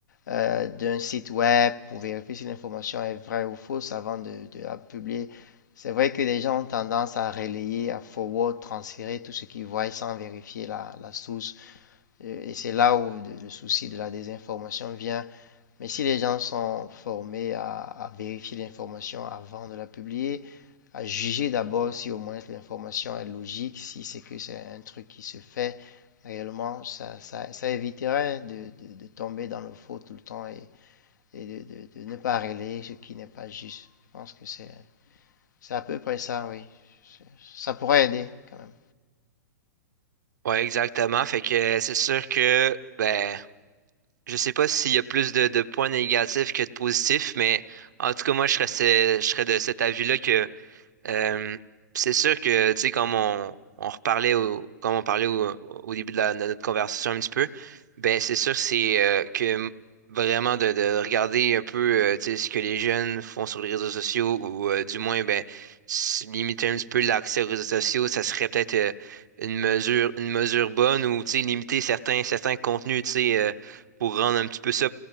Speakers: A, on the left (about 80°); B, on the right (about 75°).
A: euh, d'un site web pour vérifier si l'information est vraie ou fausse avant de, de la publier. C'est vrai que les gens ont tendance à relayer, à forward, transférer tout ce qu'ils voient sans vérifier la, la source. Euh, Et c'est là où le souci de la désinformation vient. Mais si les gens sont formés à, à vérifier l'information avant de la publier, à juger d'abord si au moins l'information est logique, si c'est que c'est un truc qui se fait réellement, ça, ça, ça éviterait de, de- de tomber dans le faux tout le temps et, et de, de- de ne pas relayer ce qui n'est pas juste. Je pense que c'est c'est à peu près ça, oui. Ça pourrait aider quand même.
B: Ouais, exactement. Fait que c'est sûr que, ben, je sais pas s'il y a plus de, de points négatifs que de positifs, mais en tout cas, moi, je serais, ce- je serais de cet avis-là que Euh, c'est sûr que, tu sais, comme on, on reparlait au, comme on parlait au, au début de, la- de notre conversation un petit peu, ben c'est sûr c'est euh, que vraiment de, de regarder un peu euh, tu sais, ce que les jeunes font sur les réseaux sociaux ou euh, du moins ben s- limiter un petit peu l'accès aux réseaux sociaux, ça serait peut-être euh, une mesure une mesure bonne ou tu sais, limiter certains certains contenus, tu sais, euh, pour rendre un petit peu ça